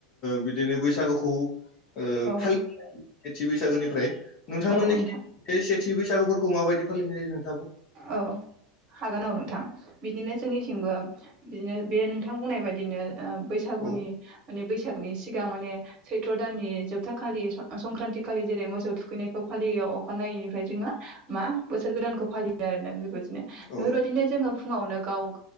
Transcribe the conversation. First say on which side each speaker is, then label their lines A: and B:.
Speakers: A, on the left; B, on the right.
A: बिदिनो बैसागुखौ ओ फालिनाय
B: औ
A: सेथि बैसागोनिफ्राय नोंथांमोननिथिं
B: नोंथां
A: एसे थि बैसागुफोरखौ माबायदि फालिनाय जायो नोंथां
B: औ हागोन औ नोंथां बिदिनो जोंनिथिंबो बिदिनो बे नोंथां बुंनाय बादिनो बैसागुनि
A: हागोन
B: माने बैसागु बैसागनि सिगां माने सैत्र' दाननि जोबथा खालि स-संक्रान्ति खालि जेरै मोसौ थु खैनायखौ फालियो अखानायैनिफ्राय जोङो मा बोसोर गोदानखौ फालियो आरोना बेफोर बायदि नो
A: औ
B: बेफोर बायदिनो जोङो फुङावनो गाव